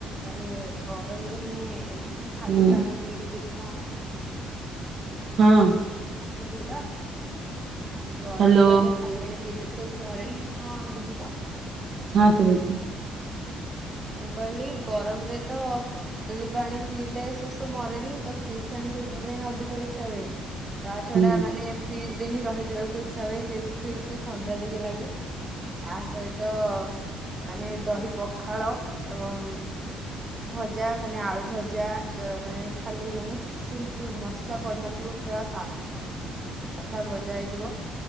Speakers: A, on the right; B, on the right.
A: ମାନେ ଗରମରେ ମାନେ ଖାଲି
B: ହୁଁ
A: ପାଣି ପିଇକି ହଁ।
B: ହଁ।
A: ସୁବିଧା ଗରମରେ
B: ହ୍ୟାଲୋ
A: ତ ଖାଲି ପାଣି। <inaudible>
B: ହଁ ଶୁଭୁଚି।
A: ମୁଁ କହିଲି ଗରମରେ ତ ଖାଲି ପାଣି ପିଇଲେ ଶୋଷ ମରେନି ତ ଫ୍ରିଜ୍ ପାଣି ପିଇବା ପାଇଁ ଅଧିକ ଇଚ୍ଛା ହୁଏ। ତା ଛଡା
B: ହୁଁ
A: ମାନେ ଫ୍ରିଜରେ ହିଁ ରହିଯିବାକୁ ଇଚ୍ଛା ହୁଏ ଯେହେତୁ ଫ୍ରିଜଟା ଥଣ୍ଡା ଟିକେ ଲାଗେ। ତା ସହିତ ମାନେ, ଦହି, ପଖାଳ, ଏବଂ ଭଜା, ମାନେ, ଆଳୁ, ଭଜା, ଯ ମାନେ ଖାଲି ମାନେ ସିମ୍ପୁଲ ମସଲା ପଡନଥିବ ପ୍ରାୟା ସା ସାଧା, ଭଜା, ହେଇଥିବ